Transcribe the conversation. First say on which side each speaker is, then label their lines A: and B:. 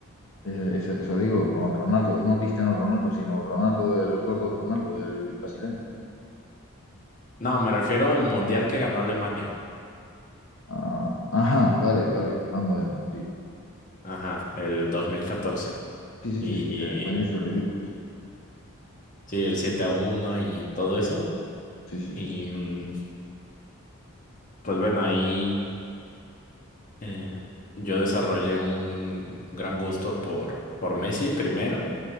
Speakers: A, on the left; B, on the left.
A: Eh, Eso, eso digo, con Ronaldo, no Cristiano Ronaldo, sino Ronaldo, el gordo Ronaldo, el brasileño.
B: No, me refiero al Mundial que ganó Alemania.
A: Ah, ajá, vale, vale, más moderno, sí.
B: Ajá, el dos mil catorce
A: Sí, sí,
B: Y
A: sí, el español hizo el ridículo, sí.
B: sí, el 7 a uno y todo eso.
A: Sí, sí,
B: Y
A: sí.
B: mm, pues bueno, ahí eh, yo desarrollé un gran gusto por, por Messi primero